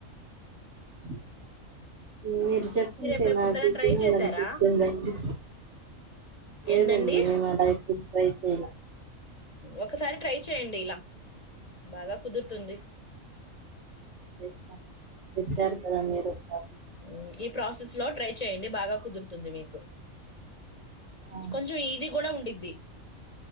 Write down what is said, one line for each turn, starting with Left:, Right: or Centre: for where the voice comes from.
Right: <unintelligible> మీరు చెప్తే
Left: ఎప్పుడెప్పుడైనా
Right: నాకు
Left: ట్రై
Right: తినాలనిపిస్తుందిండి
Left: చేశారా
Right: లేదండి
Left: ఏందండి
Right: మేము అలాకు ఎక్కు ట్రై చేయల
Left: ఒకసారి ట్రై చేయండి ఇలా బాగా కుదురుతుంది
Right: స్తా చెప్పారు కదా మీరు పాసస్ చేస్తాం
Left: మ్మ్, ఈ ప్రాసెస్ లో
Right: <unintelligible>
Left: ట్రై చేయండి బాగా కుదురుతుంది మీకు
Right: ఆ,
Left: కొంచెం ఈజీ గూడా ఉండిద్ది